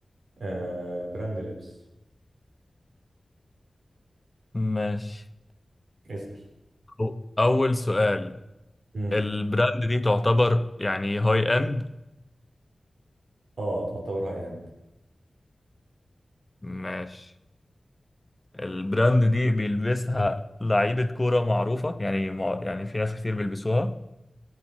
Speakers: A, on the right; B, on the left.
A: آه براند لبس
B: ماشي
A: اسأل
B: أو- اول سؤال
A: امم
B: البراند دي تعتبر يعني هاي اند
A: اه تعتبر هاي اند
B: ماشي البراند دي بيلبسها لعيبة كورة معروفة يعني مع... يعني في ناس كتير بيلبسوها